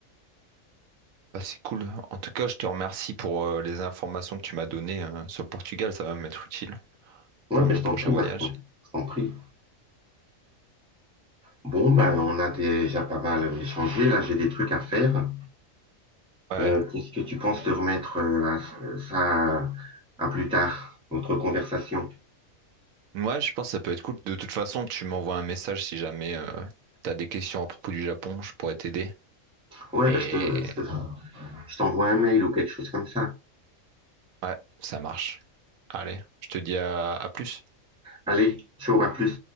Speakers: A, on the right; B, in the centre.
A: Bah, c'est cool. En tout cas, je te remercie pour euh, les informations que tu m'as données euh, sur le Portugal. Ça va m'être utile
B: Ouais,
A: pour
B: ben
A: mon
B: je
A: prochain
B: t'en prie,
A: voyage.
B: Martin, je t'en prie. Bon, ben, on a déjà pas mal échangé. Là, j'ai des trucs à faire.
A: Ouais.
B: Euh, qu'est-ce que tu penses de remettre euh, à- ça à plus tard, notre conversation?
A: Ouais, je pense que ça peut être cool. De toute façon, tu m'envoies un message si jamais euh, t'as des questions à propos du Japon. Je pourrais t'aider.
B: Ouais,
A: Et
B: ben, je te, je te- je t'envoie un mail ou quelque chose comme ça.
A: ouais, ça marche. Allez, je te dis à à plus.
B: Allez, ciao, à plus.